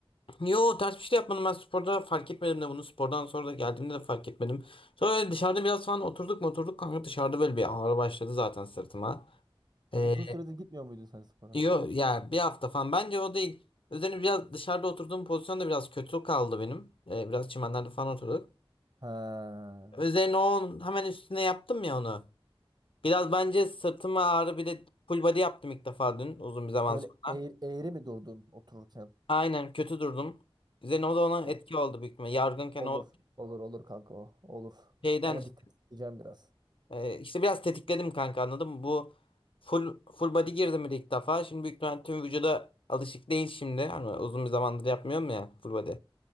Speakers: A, on the left; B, on the right.
A: Yo ters bir şey de yapmadım ben sporda fark etmedim de bunu spordan sonra da geldiğimde de fark etmedim. Sonra dışarıda biraz falan oturduk mu oturduk kanka dışarıda böyle bir ağrı başladı zaten sırtıma. Ee,
B: Ya uzun süredir gitmiyor muydun sen spora?
A: yo ya bir hafta falan bence o değil. Üzerine biraz dışarıda oturduğum pozisyon da biraz kötü kaldı benim. Ee, biraz çimenlerde falan oturduk.
B: Ha.
A: Üzerine o hemen üstüne yaptım ya onu. Biraz bence sırtıma ağrı bir de full body yaptım ilk defa dün uzun bir zaman
B: Böyle
A: sonra.
B: eğri, eğri mi durdun otururken?
A: Aynen kötü durdum. Üzerine o da ona
B: O-
A: etki oldu büyük ihtimalle. Yargınken
B: Olur.
A: o
B: Olur olur kanka o. Olur.
A: şeyden
B: Ona
A: işte,
B: dikkat edeceğim biraz.
A: e, işte biraz tetikledim kanka anladın mı? Bu full full body girdim bir de ilk defa. Şimdi büyük ihtimalle tüm vücuda alışık değil şimdi. Hani uzun bir zamandır yapmıyorum ya full body.